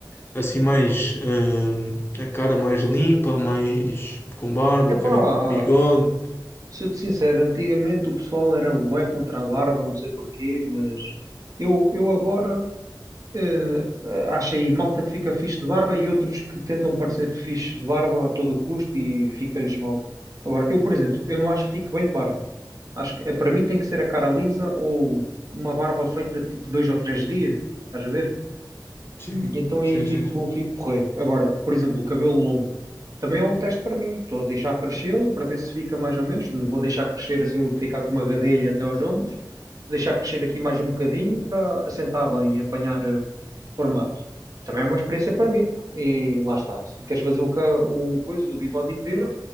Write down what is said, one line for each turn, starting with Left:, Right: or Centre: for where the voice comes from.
Left: assim mais hum, a cara mais limpa, mais com barba,
Right: Epá,
Left: ok? Bigode.
Right: sou-te sincero, antigamente o pessoal era bué contra a barba, não sei porquê, mas eu, eu agora. Eh, acho aí malta que fica fixe de barba e outros que tentam parecer fixe de barba a todo custo e fica-lhes mal. Agora, eu, por exemplo, eu não acho que fique bem de barba. Acho que eh, para mim tem que ser a cara lisa ou uma barba feita tipo dois ou três dias, estás a ver?
Left: Sim,
Right: E então aí
Left: sim,
Right: fico,
Left: sim, sim.
Right: fico porreiro. Agora, por exemplo, o cabelo longo também é um teste para mim. Estou a deixar crescê-lo para ver se fica mais ou menos. Não vou deixar crescer assim, ficar com uma gadelha até aos ombros. Vou Deixar crescer aqui mais um bocadinho para assentar bem e apanhar eh, formato. Também é uma experiência para mim. pá. E lá está. Se tu queres fazer o, ca- o coisa, o bigode e pera,